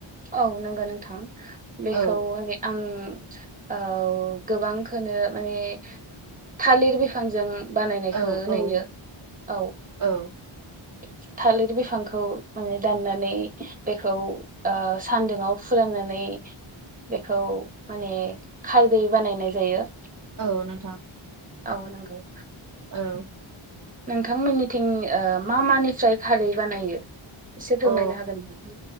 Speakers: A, on the right; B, on the right.
A: औ नंगो नोंथां बेखौ
B: औ
A: रै आं औ गोबांखोनो माने थालिर बिफांजों बानायनायखौ
B: औ औ
A: नुयो औ
B: औ
A: <inaudible> थालिर बिफांखौ माने दाननानै बेखौ ओ सान्दुंआव फुराननानै बेखौ माने खारदै बानायनाय जायो
B: औ नोंथां
A: औ नंगो
B: औ
A: नोंथांमोननिथिं ओ मा मानिफ्राय खारै बानायो? एसे फोरमायनो
B: अ
A: हागोन नोंथां?